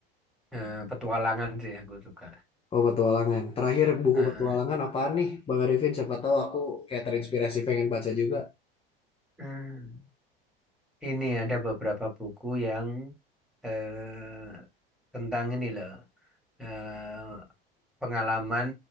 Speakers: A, in the centre; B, on the left.
A: Eh, petualangan sih aku suka.
B: Oh, petualangan. Terakhir buku
A: Heeh.
B: petualangan apaan nih, Bang Arifin? Siapa tahu aku kayak terinspirasi pengen baca juga.
A: Hmm. Ini ada beberapa buku yang eh, tentang ini loh eh, pengalaman